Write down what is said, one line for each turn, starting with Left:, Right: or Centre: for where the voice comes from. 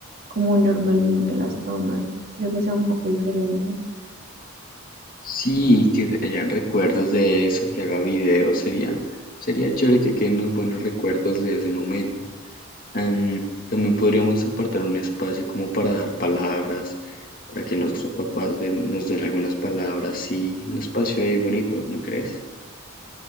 Right: como normalmente las toman. Creo que sea un poco diferente.
Left: Sí, que hayan recuerdos de eso, que haga videos, sería, sería chévere que queden unos buenos recuerdos de ese momento. Am, también podríamos apartar un espacio como para dar palabras, para que nuestros papás den- nos den algunas palabras, sí, un espacio ahí bonito, ¿no crees?